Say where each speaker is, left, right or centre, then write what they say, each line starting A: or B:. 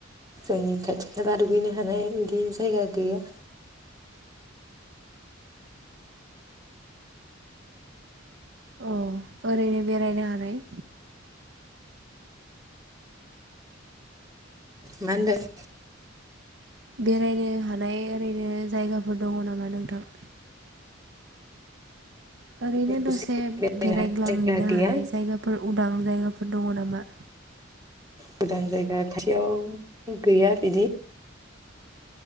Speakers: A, on the right; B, on the right.
A: जोंनि खाथि खाला दुगैनो हानाय बिदि जायगा गैया।
B: अ' ओरैनो बेरायनो हानाय?
A: मा होनदों?
B: बेरायनो हानाय ओरैनो जायगाफोर दङ नामा नोंथां? ओरैनो दसे
A: एसे बेरायनो
B: बेराय
A: हानाय
B: ग्लांहैनो
A: जायगा गैया
B: हानाय जायगाफोर उदां जायगाफोर दङ नामा?
A: गोदान जायगा खाथियाव गैया बिदि।